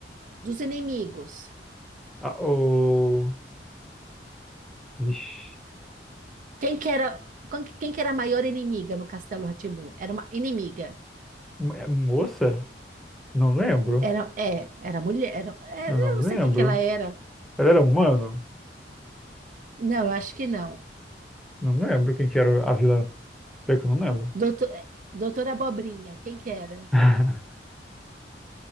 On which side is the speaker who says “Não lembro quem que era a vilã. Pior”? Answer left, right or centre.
Centre